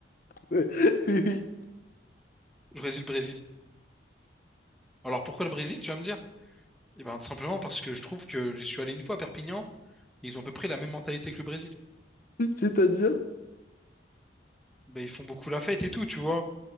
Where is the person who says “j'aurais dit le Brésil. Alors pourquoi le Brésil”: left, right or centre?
Centre